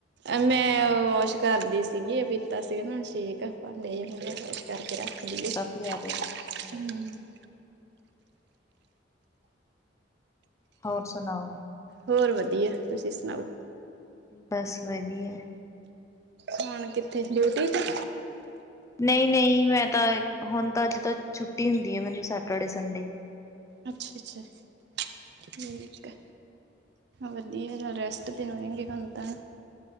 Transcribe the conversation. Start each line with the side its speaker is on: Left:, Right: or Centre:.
Right: ''ਮੈਂ ਓ ਵੌਸ਼ ਕਰਦੀ ਸੀਗੀ, ਪੀਤਾ ਸੀ ਨਾ ਸ਼ੇਕ। ਭਾਂਡੇ ਜ ਮੈਂ ਕਿਆ, ਚੱਕਕੇ ਕਰਕੇ ਰੱਖਦੀ ਏ। <unintelligible>
Left: ਕੀ ਆ ਰਿਹਾ?
Right: ਹੂੰ
Left: ਹੋਰ ਸੁਣਾਓ?
Right: ਹੋਰ ਵਧੀਆ, ਤੁਸੀਂ ਸੁਣਾਓ?
Left: ਬਸ ਵਧੀਆ।
Right: ਹੁਣ ਕਿੱਥੇ, ਡਿਊਟੀ ਤੇ?
Left: ਨਹੀਂ-ਨਹੀਂ, ਮੈਂ ਤਾਂ ਹੁਣ ਤਾਂ, ਅੱਜ ਤਾਂ ਛੁੱਟੀ ਹੁੰਦੀ ਆ, ਮੈਨੂੰ ਸੈਟਰਡੇ, ਸੰਡੇ।
Right: ਅੱਛਾ-ਅੱਛਾ, ਠੀਕ ਹੈ। ਵਧੀਆ, ਰੈਸਟ ਤੇ ਹੋਈਂਗੀ, ਹੁਣ ਤਾਂ।